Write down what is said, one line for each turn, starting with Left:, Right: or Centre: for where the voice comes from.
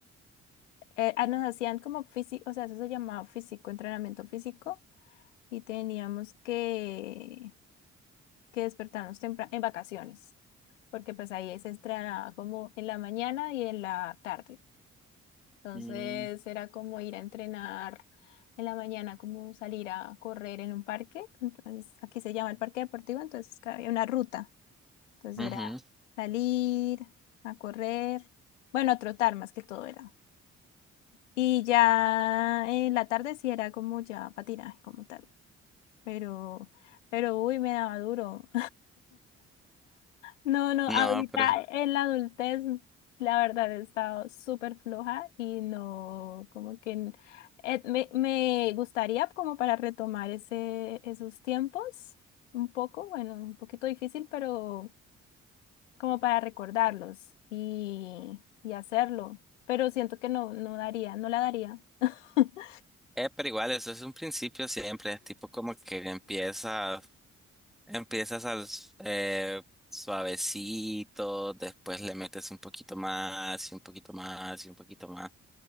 Left: eh, ah, nos hacían como físico, o sea, eso se llamaba físico, entrenamiento físico, y teníamos que, que despertarnos temprano, en vacaciones, porque pues ahí se entrenaba como en la mañana y en la tarde. Entonces
Centre: Mm.
Left: era como ir a entrenar en la mañana, como salir a correr en un parque. Entonces, aquí se llama el parque deportivo, entonces que había una ruta. Entonces
Centre: Ujú.
Left: era salir a correr, bueno, a trotar más que todo era. Y ya en la tarde sí era como ya patinaje como tal, pero, pero uy, me daba duro. No, no,
Centre: No,
Left: ahorita
Centre: pero,
Left: en la adultez, la verdad he estado súper floja y no, como que n- eh, me, me gustaría como para retomar ese, esos tiempos un poco, bueno, un poquito difícil, pero como para recordarlos y, y hacerlo. Pero siento que no, no daría, no la daría. <laughs>
Centre: eh, pero igual, eso es un principio siempre, tipo como que empieza, empiezas al s- eh, suavecito, después le metes un poquito más y un poquito más y un poquito más.